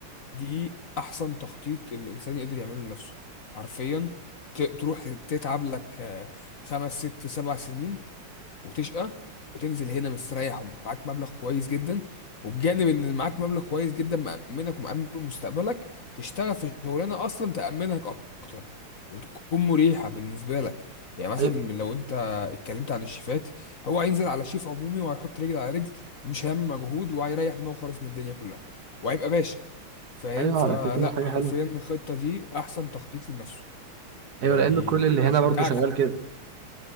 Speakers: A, on the left; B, on the right.
A: دي احسن تخطيط الانسان يقدر يعمله لنفسه حرفيا ت- تروح تتعب لك آه، خمس ست سبع سنين وتشقى وتنزل هنا مستريح ومعاك مبلغ كويس جدا وبجانب ان معاك مبلغ كويس جدا مأمنك ومأمن مستقبلك تشتغل في شغلانه اصلا تأمنك اكتر وتكون مريحه بالنسبه لك يعني مثلا
B: أي-
A: لو انت اتكلمت عن الشيفات هو هينزل على شيف عمومي وهيحط رجل على رجل ومش هيعمل مجهود وهيريح دماغه خالص من الدنيا كلها وهيبقى باشا فاهم
B: ايوه
A: فلا
B: على فكرة حاجة
A: حرفيا
B: حلوة
A: الخطه دي احسن تخطيط لنفسه يعني
B: ايوه لان كل اللي هنا
A: اشجعك
B: برضو شغال
A: على حاجه
B: كده